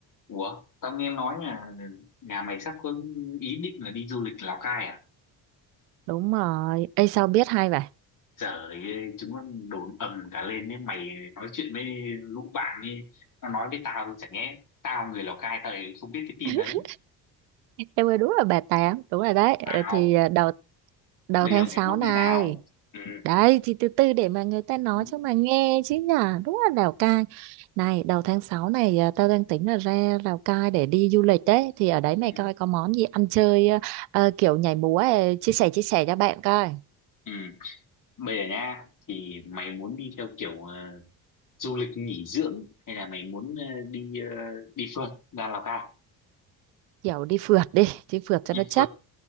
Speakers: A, on the left; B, on the right.
A: Ủa, tao nghe nói là nhà mày sắp có ý định là đi du lịch Lào Cai à?
B: đúng rồi Ê sao biết hay vậy
A: Trời ơi, chúng nó đồn ầm cả lên đấy mày nói chuyện với lũ bạn đi nó nói với tao chả nhẽ tao người Lào Cai tao lại không biết cái tin
B: <laughs>
A: đấy
B: em ơi đúng là bà tám đúng rồi đấy Ờ,
A: tao
B: thì à, đầu đầu
A: bây
B: tháng
A: giờ mày
B: 6
A: muốn
B: này
A: thế nào ừ.
B: đấy thì từ từ để mà người ta nói
A: Ừ.
B: cho mà nghe chứ nhở đúng là Lào Cai này đầu tháng 6 này à, tao đang tính là ra Lào Cai để đi du lịch đấy thì ở đấy mày
A: Ừ.
B: coi có món gì ăn chơi à, à, kiểu nhảy múa à, chia sẻ chia sẻ cho bạn coi
A: ừ. bây giờ nha thì mày muốn đi theo kiểu ờ, du lịch nghỉ dưỡng hay là mày muốn ờ, đi ờ, đi phượt ra Lào Cai
B: kiểu đi phượt đi đi phượt cho
A: đi
B: nó chất
A: phượt